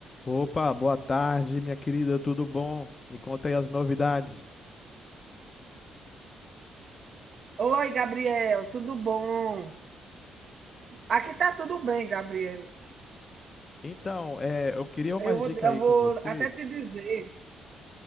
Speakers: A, on the left; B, on the right.
A: Opa, boa tarde, minha querida, tudo bom? Me conta aí as novidades.
B: Oi, Gabriel, tudo bom? Aqui tá tudo bem, Gabriel.
A: Então, é, eu queria umas
B: Eu vou,
A: dicas
B: eu
A: aí
B: vou
A: com você.
B: até te dizer.